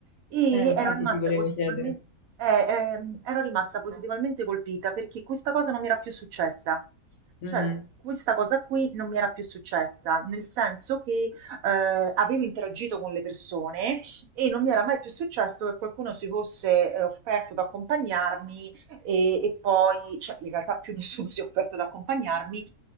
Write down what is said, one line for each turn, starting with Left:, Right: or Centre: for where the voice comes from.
Right: e
Left: Eh, infatti
Right: ero rimasta
Left: ti volevo
Right: positivamente,
Left: chiedere.
Right: eh, ehm, ero rimasta positivamente colpita perché questa cosa non mi era più successa. Cioè,
Left: Mhm.
Right: questa cosa qui non mi era più successa, nel senso che eh, avevo interagito con le persone e non mi era mai più successo che qualcuno si fosse eh, offerto ad accompagnarmi e, e poi, cioè, in realtà più nessuno si è offerto ad accompagnarmi